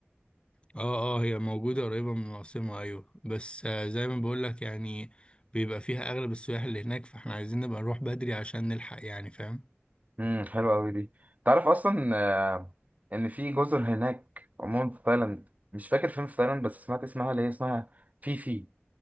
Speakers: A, on the left; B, on the right.
A: اه اه هي موجودة قريبة من العاصمة ايوه بس آه، زي ما بقولك يعني بيبقى فيها اغلب السياح اللي هناك فاحنا عايزين نبقى نروح بدري عشان نلحق يعني فاهم
B: امم حلوة قوي دي تعرف اصلا آه، ان في جزر هناك عموما في تايلاند مش فاكر فين في تايلاند بس سمعت اسمها اللي هي اسمها فيفي